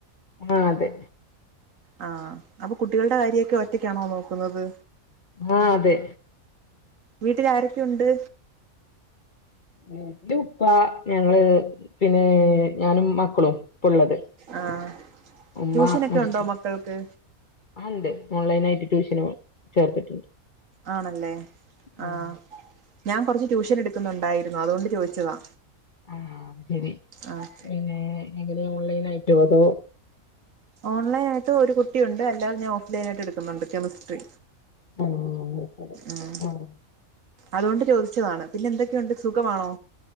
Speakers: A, on the left; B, on the right.
A: ആ അതെ
B: ആ അപ്പൊ കുട്ടികളുടെ കാര്യൊക്കെ ഒറ്റക്കാണോ നോക്കുന്നത്
A: ആ അതെ
B: വീട്ടിൽ ആരൊക്കെയുണ്ട്
A: വീട്ടിൽ ഉപ്പ ഞങ്ങള് പിന്നെ ഞാനും മക് ക്കും ഉള്ളത്
B: ആഹ്
A: ഉമ്മ
B: ട്യൂഷനൊക്കെ
A: മരിച്ചു
B: ഉണ്ടോ മക്കൾക്ക്
A: ആ ഉണ്ട് ഓൺലൈനായി ട്യൂഷന് ചേർത്തിട്ടുണ്ട്
B: ആണല്ലേ
A: ഉം
B: ആഹ് ഞാൻ കൊറച്ച് ട്യൂഷൻ എടുക്കുന്നൊണ്ടായി രുന്നു അതുകൊണ്ട് ചോദിച്ചതാ
A: ആ അതുശരി
B: ആഹ്
A: പിന്നെ എങ്ങനെയാ ഓൺലൈൻ ആയിട്ടോ അതോ
B: ഓൺലൈൻ ആയിട്ട് ഒരു കുട്ടിയുണ്ട് അല്ലാതെ ഞാൻ ഓഫ്‌ലൈൻ ആയിട്ട് എടുക്കുന്നുണ്ട് കെമിസ്ട്രി
A: ആഹ് ശരി
B: ഉം
A: ആഹ്
B: അതുകൊണ്ട് ചോദിച്ചതാണ് പിന്നെ എന്തൊക്കെ ക്കെയുണ്ട് സുഖമാണോ?